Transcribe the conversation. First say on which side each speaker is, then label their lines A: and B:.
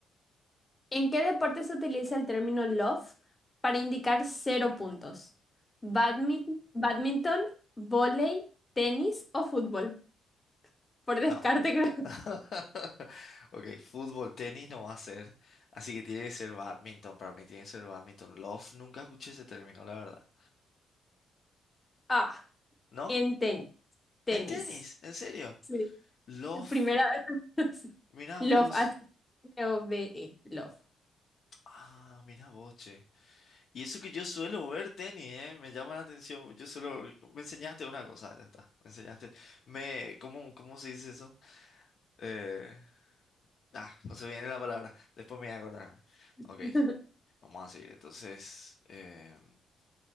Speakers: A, on the left; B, on the left.
A: ¿En qué deporte se utiliza el término love para indicar cero puntos? ¿Badmin-
B: No.
A: ¿Badminton, vóley, tenis o fútbol? Por descarte
B: No.
A: <laughs> creo.
B: <laughs> Ok, fútbol, tenis no va a ser. Así que tiene que ser badminton. Para mí tiene que ser badminton. Love, nunca escuché ese término, la verdad.
A: Ah,
B: ¿No?
A: en tenis. Tenis.
B: ¿En tenis? ¿En serio?
A: Sí.
B: Love.
A: Primera vez. <laughs>
B: Mira
A: Love,
B: vos.
A: H-O-V-E. Love.
B: Ah, mira vos, che. Y eso que yo suelo ver tenis, eh, me llama la atención. Yo solo me enseñaste una cosa, ya está. Me enseñaste. Me, ¿cómo, cómo se dice eso? Eh, ah, no se viene la palabra. Después me voy a acordar.
A: <laughs>
B: Ok, vamos a seguir. Entonces, em,